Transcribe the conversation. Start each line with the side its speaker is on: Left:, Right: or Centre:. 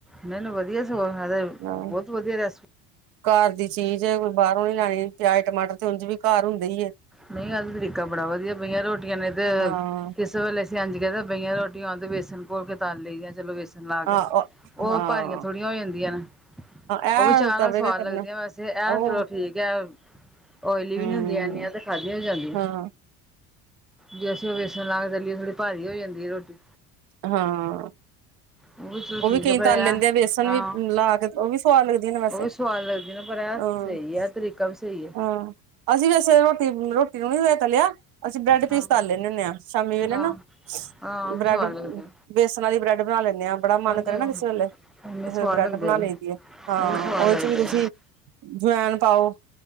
Centre: ਨਹੀਂ - ਨਹੀ ਵਧੀਆ ਸੀ ਛੋਲੀਆ ਤੇ
Right: ਹਾਂ
Centre: ਬਹੁਤ ਵਧੀਆ ਰਿਸਪੀ।
Right: ਘਰ ਦੀ ਚੀਜ਼ ਐ ਕੋਈ ਬਾਹਰੋਂ ਨੀ ਲੈਣੀ ਪਿਆਜ, ਟਮਾਟਰ ਤੇ ਵੀ ਉਂਝ ਵੀ ਘਰ ਹੁੰਦੇ ਈ ਐ।
Centre: ਨਹੀਂ ਇ‌ਹ ਤੇ ਤਰੀਕਾ ਬੜਾ ਵਧੀਆ ਬੇਈਆਂ ਰੋਟੀਆਂ ਨੇ ਅਤੇ
Right: ਹਾਂ
Centre: ਕਿਸੇ ਵੇਲੇ ਅਸੀਂ ਇੰਝ ਕਹਿੰਦੇ ਤਾਂ ਬੇਈਆਂ ਰੋਟੀਆਂ ਹੋਣ ਤੇ ਬੇਸਣ ਘੋਲ ਕੇ ਤਲ ਲਈ ਦੀਆਂ ਚਲੋ ਬੇਸਣ ਲਾ
Right: ਹਾਂ
Centre: ਕੇ ਉਹ
Right: ਹਾਂ
Centre: ਭਾਰੀਆਂ ਥੋੜੀਆਂ ਹੋ ਜਾਂਦੀਆਂ ਨੇ
Right: ਇਹ
Centre: ਉਹ ਵੀ ਚਾਹ
Right: ਤਵੇ
Centre: ਨਾਲ ਸਵਾਦ
Right: ਦਾ ਕਰਨਾ
Centre: ਲੱਗਦਾ ਵੈਸੇ ਐ
Right: ਉਹ
Centre: ਚਲੋ ਠੀਕ ਹੈ, ਓਇਲੀ
Right: ਹਮ
Centre: ਵੀ ਨੀ ਹੁੰਦੀਆਂ ਐਨੀਆਂ ਤੇ ਖਾਦੀਆਂ ਵੀ ਜਾਂਦੀਆਂ
Right: ਹਾਂ
Centre: ਜੇ ਅਸੀਂ ਉਹ ਵੇਸਣ ਲਾ ਕੇ ਤਲੀਏ ਥੋੜ੍ਹੀ ਭਾਰੀ ਹੋ ਜਾਂਦੀ ਐ ਰੋਟੀ
Right: ਹਾਂ।
Centre: ਉਹ ਵੀ ਠੀਕ
Right: ਕਈ
Centre: ਪਏ
Right: ਤਲ
Centre: ਆ
Right: ਲੈਂਦੇ ਬੇਸਣ
Centre: ਹਾਂ
Right: ਵੀ ਲਾ ਕੇ ਉਹ ਵੀ ਸਵਾਦ ਲੱਗਦੀ ਨੇ ਵੈਸੇ
Centre: ਉਹ ਵੀ ਸਵਾਦ ਲੱਗਦੀ ਪਰ
Right: ਹਾਂ
Centre: ਸਹੀ ਐ ਤਰੀਕਾ ਵੀ ਸਹੀ ਐ।
Right: ਹਾਂ ਅਸੀਂ ਵੈਸੇ ਰੋਟੀ-ਰੋਟੀ ਨੂੰ ਨੀ ਵੈਸੇ ਤਲਿਆ ਅਸੀਂ ਬ੍ਰੈਡ
Centre: ਹਾਂ
Right: ਪੀਸ ਤਲ ਲੈਦੇ ਹੁੰਦੇ ਆ ਸ਼ਾਮੀ ਵੇਲੇ
Centre: ਹਾਂ
Right: ਨਾ
Centre: ਹਾਂ ਉਹ ਵੀ
Right: ਬ੍ਰੈਡ,
Centre: ਸਵਾਦ ਲੱਗਦੇ
Right: ਬੇਸਣ ਵਾਲੀ ਬ੍ਰੈਡ ਬਣਾ ਲੈਂਨੇ ਆ ਬੜਾ
Centre: ਉਹਨੇ
Right: ਮਨ ਕਰੇ ਨਾ
Centre: ਉਹਨੇ
Right: ਕਿਸੇ ਵੇਲੇ ਤੇ ਫਿਰ
Centre: ਸਵਾਦ
Right: ਬਰੈਡ
Centre: ਲੱਗਦੇ
Right: ਬਣਾ
Centre: ਉਹ ਵੀ
Right: ਲਈ ਦੀ ਆ
Centre: ਉਹ
Right: ਹਾ,
Centre: ਵੀ ਸਵਾਦ
Right: ਉਹਦੇ
Centre: ਲੱਗਦੇ
Right: ਚ ਵੀ ਤੁਸੀਂ
Centre: ਆ
Right: ਜਵੈਨ ਪਾਓ